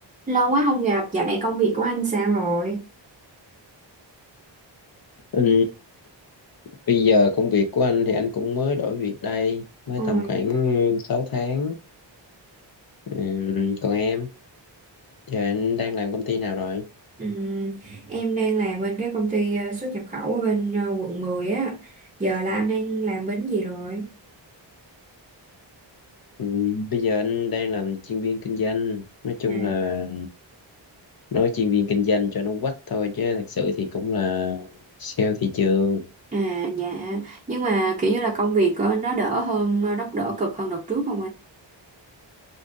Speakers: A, on the right; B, on the left.
A: Lâu quá không gặp, dạo này công việc của anh sao rồi?
B: Ừ, bây giờ công việc của anh thì anh cũng mới đổi việc đây, mới
A: Ôi,
B: tầm khoảng 6 tháng. Ừ, còn em, giờ anh đang làm công ty nào rồi?
A: ừm, em đang làm bên cái công ty ờ, xuất nhập khẩu ở bên ờ, quận 10 á. Giờ là anh đang làm bên gì rồi?
B: Ừ, bây giờ anh đang làm chuyên viên kinh doanh. Nói chung
A: À,
B: là nói chuyên viên kinh doanh cho nó quách thôi chứ thật sự thì cũng là sale thị trường.
A: à dạ, nhưng mà kiểu như là công việc ờ, nó đỡ hơn, ờ, nó đỡ cực hơn đợt trước không anh?